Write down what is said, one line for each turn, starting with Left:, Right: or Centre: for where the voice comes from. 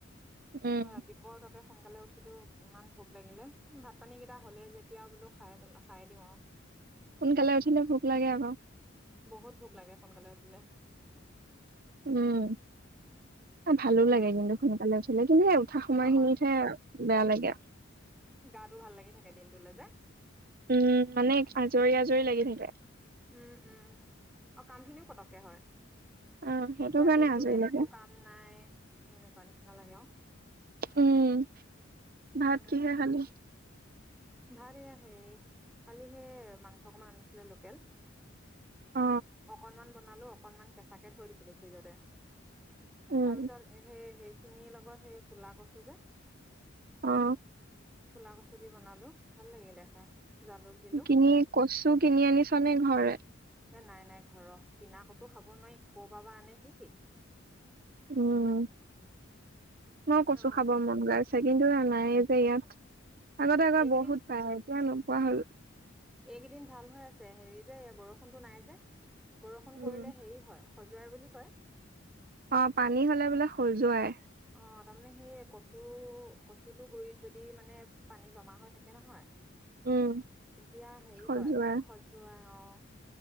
Right: উম
Centre: অ ৰাতি আকৌ তাতে সোনকালে উঠিলোঁ ইমান ভোক লাগিলে ভাত পানীকেইটা হ'লেই যেতিয়া বোলো খাই পেলা খাইয়ে দিওঁ আৰু।
Right: সোনকালে উঠিলে ভোক লাগে আক।
Centre: বহুত ভোক লাগে সোনকালে উঠিলে।
Right: উম ভালো
Centre: সেয়া
Right: লাগে কিন্তু সোনকালে উঠিলে কিন্তু সেই উঠা সময়
Centre: অ
Right: খিনিতহে বেয়া লাগে
Centre: গাটো ভাল লাগি থাকে দিনটোলে যে।
Right: উম মানে আজৰি আজৰি লাগি থাকে।
Centre: উম উম আৰু কামখিনিও পতককে হয়।
Right: অ সেইটো
Centre: কিবা
Right: কাৰণে
Centre: দিনটো
Right: আজৰি
Centre: যেন
Right: লাগে
Centre: একো কাম নাই সেনেকুৱা নিচিনা লাগে আৰু।
Right: উম
Centre: উম
Right: ভাত কিহে খালি?
Centre: ভাত এয়া হেৰি কালিহে মাংস অকনমান আনিছিলে লোকেল
Right: অ
Centre: অকনমান বনালো অকণমান কেঁচা কে থৈ দিছিলো ফ্ৰিজতে
Right: উম
Centre: তাৰ পিছত এহে সেই খিনিৰ লগত সেই কুলা কচু যে
Right: অ
Centre: কুলা কচু দি বনালো ভাল লাগিলে খাই। জালুক দিলো
Right: কিনি কচু কিনি আনিছ নে ঘৰৰে
Centre: এ নাই নাই ঘৰৰ কিনা কচু খাব নোৱাৰি ক'ৰ পৰা বা আনে কি ঠিক
Right: উম মও কচু
Centre: অ
Right: খাব মন গাই আছে কিন্তু এ নাইয়ে যে ইয়াত আগতে আকৌ
Centre: এইকেইদিন
Right: বহুত পাই এতিয়া নোপোৱা হ'ল।
Centre: এইকেইদিন ভাল হৈ আছে হেৰি যে বৰষুণটো নাই যে বৰষুণ
Right: উম।
Centre: পৰিলে হেৰি হয় খজুৱাই বুলি কয়।
Right: অ পানী হ'লে বোলে খজুৱাই
Centre: অ তাৰমানে সেই কচু কচুটো গুৰিত যদি মানে পানী জমা হৈ থাকে নহয়
Right: উম
Centre: তেতিয়া হেৰি
Right: খজুৱাই
Centre: হয় খজুৱাই অ